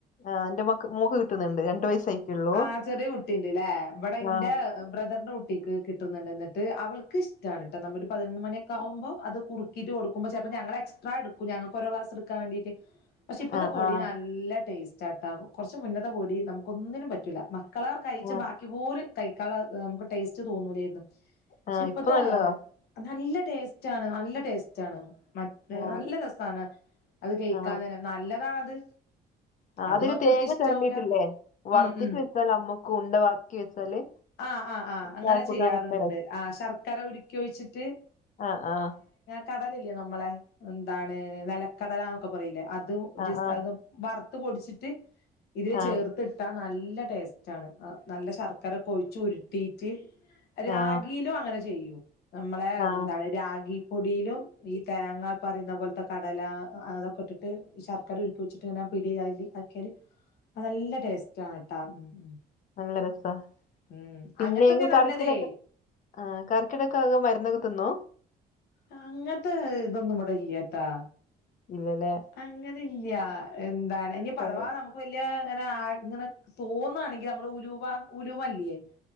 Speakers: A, on the left; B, on the left.
A: ആ എന്റെ മക്ക മോക്ക് കിട്ടുന്നുണ്ട് രണ്ട് വയസ്സായിക്കുള്ളൂ
B: <unintelligible> ആഹ് ചെറിയെ കുട്ടിണ്ട്ല്ലേ ഇവ്ടെ ഇന്റെ
A: ആ
B: ബ്രദർന്റെ കുട്ടിക്ക് കിട്ടുന്ന്ണ്ട് ഇന്ന്ട്ട് അവൾക്ക് ഇഷ്ടാണ് ട്ടോ നമ്മരു പതിനൊന്ന് മണിയൊ ക്കാവുമ്പോ അത് കുർക്കീറ്റ് കൊട്ക്കുമ്പോ ചെലപ്പൊ ഞങ്ങള് എക്സ്ട്രാ ഇട്ക്കും ഞങ്ങക്ക് ഓരോ ക്ലാസ് ഇട്ക്കാൻ വേണ്ടീറ്റെയ് പക്ഷെ ഇപ്പത്തെ
A: ആ
B: പൊടി
A: ആ
B: നല്ല ടേസ്റ്റ് ആട്ടാ കൊർച്ച് മുന്നത്തെ പൊടി നമുക്കക്കൊന്നിനും പറ്റൂല മക്കളാർ കഴിച്ച
A: ആ
B: ബാക്കി പോലും കഴിക്കാള്ള അമക് ടേസ്റ്റ് തോന്നൂലേര്ന്നു.
A: ആ
B: ക്ഷേ ഇപ്പത്ത
A: ഇപ്പൊ നല്ലതാ
B: നല്ല ടേസ്റ്റ് ആണ് നല്ല ടേസ്റ്റ് ആണ് മ എ
A: ആ
B: നല്ല രസാണ് അത് കഴിക്കാൻ
A: ആ
B: തന്നെ നല്ലതാണത്
A: ആ
B: അത്
A: അതിന്
B: മക്കൾക്ക്
A: തേങ്ങ
B: ഇഷ്ടാവൂല
A: ചേരണ്ടീട്ടില്ലേ വർത്തിട്ട്
B: ഉം ഉം
A: വെച്ചാല് അമ്മക്ക് ഉണ്ട വാക്കി വെച്ചാല്
B: ആഹ് ആഹ് ആഹ് അങ്ങനെ
A: ചായക്കൂട്ടാനൊക്കെ
B: ചെയ്യാറ്ണ്ട്
A: രസം
B: ആ ശർക്കര ഉരുക്കി ഒഴിച്ച്ട്ട്
A: ആ ആഹ്
B: കടലല്യേ നമ്മളെ എന്താണ് നെലക്കടലന്നൊക്കെ പറയിലെ അതും
A: ആ
B: ജസ്
A: ആ
B: അതും വർത്ത് പൊടിച്ച്ട്ട് ഇതില്
A: ആ
B: ചേർത്ത്ട്ടാ നല്ല ടേസ്റ്റ് ആണ് അ നല്ല ശർക്കര കൊഴിച്ചുരുട്ടീട്ട് രാഗിയിലും
A: ആ
B: അങ്ങനെ ചെയ്യും നമ്മളെ
A: ആ
B: എന്താണ് രാഗിപ്പൊടിലും ഈ തേങ്ങാ പറയുന്ന പോലത്തെ കടല അതൊക്കെ ഇട്ടിട്ട് ശർക്കര ഉരുക്കി ഒഴിച്ചിട്ട് ഇങ്ങന പിടിയായല് ആക്കിയാല്
A: <inaudible>
B: അ നല്ല ടേസ്റ്റ് ആണ് ട്ടാ ഉം ഉം
A: നല്ല രസാ
B: ഉം
A: പിന്നെ
B: അങ്ങനത്തൊക്കെ
A: ങ്ങ
B: നല്ലതേ
A: കർക്കിടക ആ കർക്കിടകക്കാകെ മരുന്നൊക്കേ തിന്നോ
B: അങ്ങനത്തെ ഇതൊന്നും ഇവിടെ ഇല്ല്യാട്ടാ
A: ഇല്ലലേ
B: അങ്ങനെല്യാ എന്താണ് ഇനി പദവാ
A: ആ
B: നമുക്ക് വ <unintelligible> ആഹ് ഇങ്ങനെ തോന്നുവാണെങ്കിൽ നമ്മള് ഉലുവാ ഉലുവല്ല്യേ